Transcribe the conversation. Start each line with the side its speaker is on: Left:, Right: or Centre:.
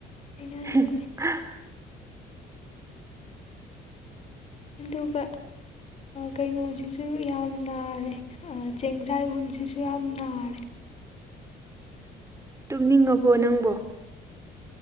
Left: ꯍꯥꯏꯅꯗꯣꯏꯅꯦ
Right: <unintelligible>
Left: ꯑꯗꯨꯒ ꯀꯩꯅꯣꯁꯤꯁꯨ ꯌꯥꯝ ꯅꯥꯔꯦ ꯆꯦꯡ ꯆꯥꯏꯐꯝꯁꯤꯁꯨ ꯌꯥꯝ ꯅꯥꯔꯦ
Right: ꯇꯨꯝꯅꯤꯡꯉꯕꯣ ꯅꯪꯕꯣ